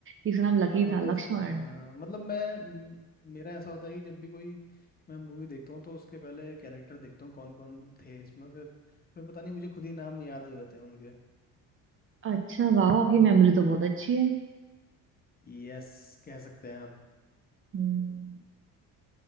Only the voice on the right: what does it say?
इसका नाम लकी
था
लक्ष्मण
अच्छा वाह आपकी मेमोरी तो बहुत अच्छी है
हम्म